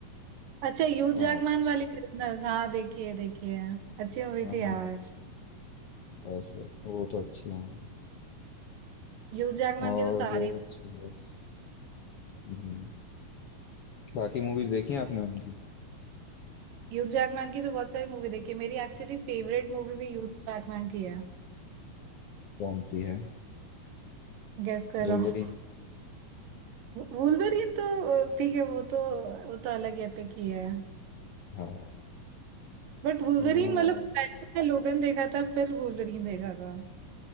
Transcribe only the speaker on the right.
अच्छा यूज
जागमान वाली प्रिजनर्स हाँ देखिए देखिए अच्छी मूवी
थी
यार
ह्यूज जैकमैन
के तो सारे
ह्यूज जैकमैन <laughs> की तो बहुत सारी मूवी देखी है मेरी एक्चुअली फेवरेट मूवी भी ह्यूज जैकमैन की है
गेस कर
रहा हूँ वुल्वरीन तो अ, ठीक है वो तो वो तो अलग एपिक ही है
बट वुल्वरीन
मतलब पहले उसने लोगन देखा था फिर वुल्वरीन देखा था